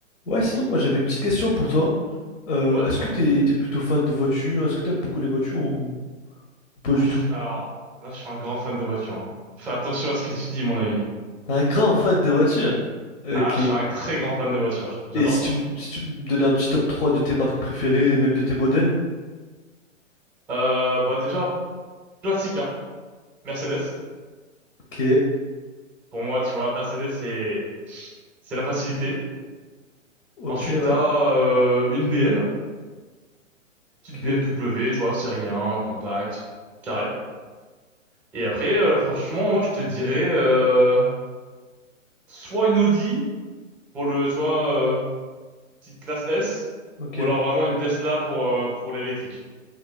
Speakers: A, on the left (about 70°); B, in the centre.
A: Ouais, sinon, moi j'avais une petite question pour toi. Euh,
B: Ouais,
A: est-ce
B: dis-moi.
A: que t'es, t'es plutôt fan de voitures? Est-ce que t'aimes beaucoup les voitures ou pas
B: Ah,
A: du
B: je
A: tout?
B: suis- Alors, là, je suis un grand fan de voiture. hein. Fais attention à ce que tu dis, mon ami.
A: T'es un grand fan de voitures? Ok.
B: Ah, je suis un très grand fan de voiture. J'adore
A: Et si
B: ça.
A: tu, me- si tu me donnais un petit top 3 de tes marques préférées et même de tes modèles?
B: Euh, bah déjà, classique, hein. Mercedes.
A: Ok.
B: Pour moi, tu vois, Mercedes, c'est c'est la facilité.
A: Ok,
B: Ensuite,
A: ouais.
B: t'as euh, une BM. Petite
A: Ok.
B: BMW, tu vois, série 1, compacte, carré. Et après, euh, franchement, moi, je te dirais euh, soit une Audi pour le, tu vois, euh, petite classe S,
A: Ok.
B: ou alors vraiment une Tesla pour, euh, pour l'électrique.